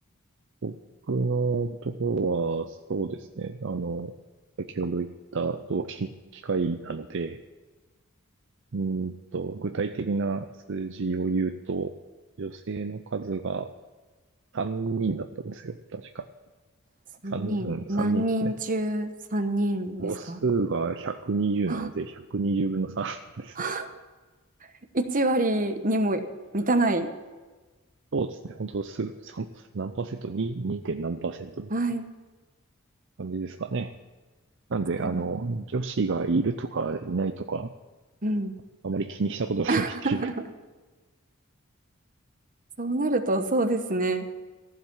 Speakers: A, on the right; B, on the right.
A: 僕のところは、そうですね。あの、先ほど言った同期機械なので、うーんと、具体的な数字を言うと、女性の数が3人だったんですよ。確か。
B: ?3
A: 3人、
B: 人。
A: うん、人ですね。
B: 何人中3人ですか
A: 母数が120なので、
B: あ、
A: 120分の3ですね。
B: <laughs> 1割にも満たない。
A: そうですね。本当す、さん何パーセント ?2、2. 点何パーセントみたいな
B: はい。
A: 感じですかね。なんで、
B: すごい。
A: あの、女子がいるとかいないとか、
B: うん。
A: あまり気にしたことがないっていう。
B: <laughs> そうなるとそうですね。